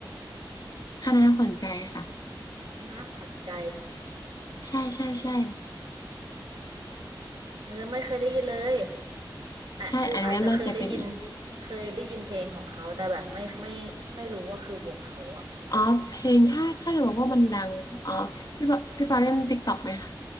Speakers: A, on the left; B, on the right.
A: คณะขวัญใจค่ะ
B: คณะขวัญใจ
A: ใช่ใช่ใช่
B: เออไม่เคยได้ยินเลย แต่คืออาจจะเคยได้ยิน
A: ใช่อันนั้นน่าจะเป็นอินดี้
B: เคยได้ยินเพลงของเขาแต่แบบไม่ไม่ไม่รู้ว่าคือวงเขาอะ
A: อ๋อเพลงถ้าถ้าจะบอกว่ามันดังอ๋อพี่ปอพี่ปอเล่นติ๊กต็อกไหมคะ